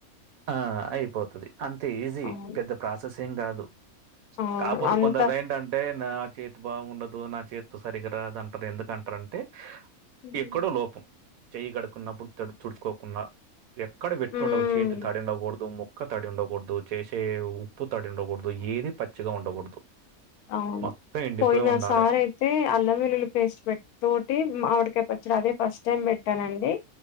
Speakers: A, on the right (about 70°); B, on the left (about 80°).
A: ఆ అయిపోతది అంతే ఈజీ
B: అవును.
A: పెద్ద ప్రాసెసింగ్ కాదు
B: అవును.
A: కాపోతే
B: అంత
A: కొందరు ఏంటంటే నాకి ఇది బాగుండదు నా చేత్తో సరిగా రాదు అంటారు ఎందుకంటారంటే
B: హుహు.
A: ఎక్కడో లోపం చెయ్యి కడుకున్నప్పుడు తుడుచుకోకుండా ఎక్కడ పెట్టిండవు
B: హ్మ్.
A: చేతి ఉండకూడదు ముొక్క తడి ఉండకూడదు చేసే ఉప్పు తడి ఉండకూడదు ఏది పచ్చిగా ఉండకూడదు
B: అవును
A: మొత్తం ఎండిపోయి
B: పోయిన
A: ఉండాలె.
B: సారి అయితే అల్లం వెల్లుల్లి పేస్ట్ పెట్ తటి మామిడికాయ పచ్చడి అదే ఫస్ట్ టైం పెట్టానండి